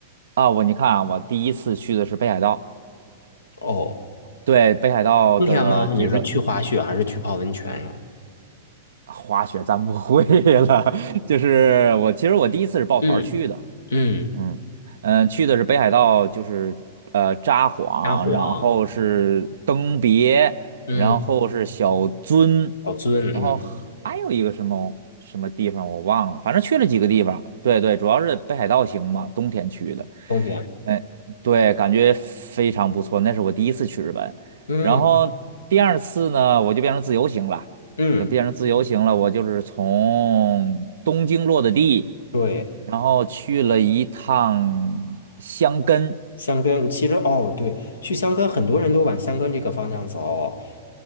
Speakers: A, on the right; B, on the left.
A: 啊，我你看啊，我第一次去的是北海道，
B: 哦。
A: 对北海道的这个
B: 冬天吗？你是去滑雪还是去泡温泉呀？
A: 滑雪咱不会了，<laughs> 就是我其实我第一次是抱团儿去的，
B: 嗯嗯，
A: 嗯嗯，去的是北海道，就是呃札幌，
B: 沙皇，
A: 然后是登别，
B: 嗯，
A: 然后是小樽，
B: 老尊，
A: 然后还有一个什么什么地方我忘了，
B: 嗯，
A: 反正去了几个地方。对对，主要是北海道行嘛，冬天去的。
B: 冬天，
A: 嗯，对，感觉非常不错。那是我第一次去日本，
B: 嗯
A: 然后第二次呢，我就变成自由行了。
B: 嗯，
A: 呃，变成自由行了，我就是从东京落的地，
B: 对，
A: 然后去了一趟箱根，
B: 箱根，其实哦，对，去箱根很多人都往箱根这个方向走，